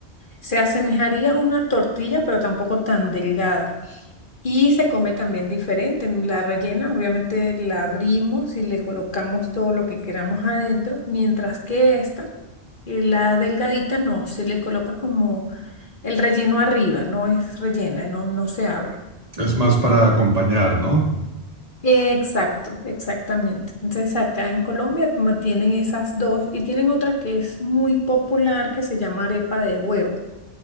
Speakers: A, on the left; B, on the right.
A: Se asemejaría a una tortilla, pero tampoco tan delgada. Y se come también diferente. La rellena, obviamente, la abrimos y le colocamos todo lo que queramos adentro, mientras que esta, eh, la delgadita, no, se le coloca como el relleno arriba, no es rellena, no, no se abre.
B: Es más para acompañar, ¿no?
A: Exacto, exactamente. Entonces acá en Colombia como tienen esas dos y tienen otra que es muy popular que se llama arepa de huevo.